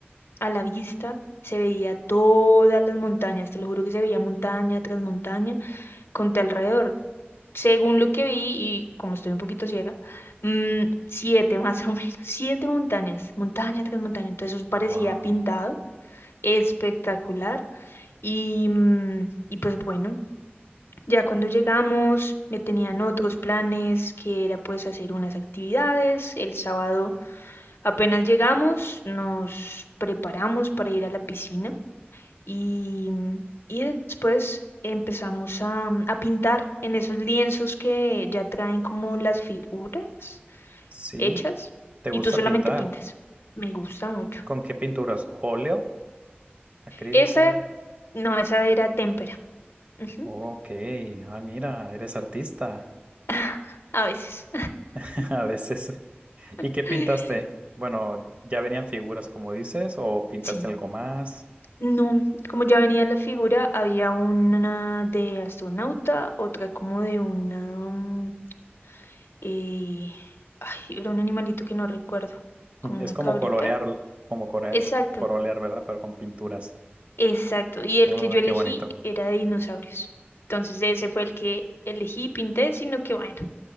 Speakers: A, on the left; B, on the right.
A: a la vista. Se veía todas las montañas, te lo juro que se veía montaña tras montaña con tu alrededor. Según lo que vi, y como estoy un poquito ciega, mm, siete <laughs> más o menos, siete montañas, montaña tras montaña, entonces eso parecía
B: wow,
A: pintado, espectacular, y, mm, y pues bueno, ya cuando llegamos me tenían otros planes, que era pues hacer unas actividades, el sábado apenas llegamos, nos preparamos para ir a la piscina, y, y después empezamos a, a pintar en esos lienzos que ya traen como las figuras
B: sí,
A: hechas
B: ¿te
A: y
B: gusta
A: tú solamente
B: pintar?
A: pintas. Me gusta mucho.
B: ¿Con qué pinturas? ¿Óleo? ¿Acrílica?
A: Esa, no, esa era témpera. Ujú.
B: Ok, ah, mira, eres artista
A: <laughs> A veces.
B: <laughs> a veces. ¿Y
A: <laughs>
B: qué pintaste? Bueno, ¿ya venían figuras, como dices, o pintaste
A: Sí.
B: algo más?
A: No, como ya venía la figura, había una de astronauta, otra como de una... mm, eh, ay, era un animalito que no recuerdo, como
B: <laughs> Es
A: una
B: como
A: cabrita.
B: colorear, como coreal-
A: Exacto,
B: colorear, ¿verdad? Pero con pinturas.
A: Exacto, y el
B: Oh,
A: que yo elegí
B: qué bonito.
A: era de dinosaurios. Entonces ese fue el que elegí y pinté, sino que bueno,